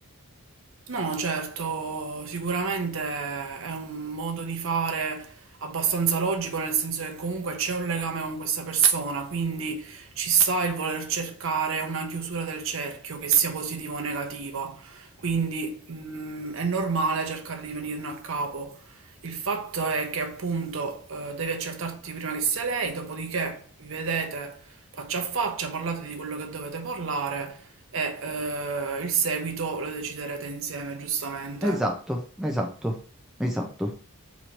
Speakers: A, on the right; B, in the centre.
A: No, certo, sicuramente è un modo di fare abbastanza logico, nel senso che comunque c'è un legame con questa persona, quindi ci sta il voler cercare una chiusura del cerchio, che sia positiva o negativa. Quindi, mm, è normale cercare di venirne a capo. Il fatto è che appunto eh, devi accertarti prima che sia lei, dopodiché vi vedete faccia a faccia, parlate di quello che dovete parlare e eh, il seguito lo deciderete insieme, giustamente.
B: Esatto, esatto, esatto.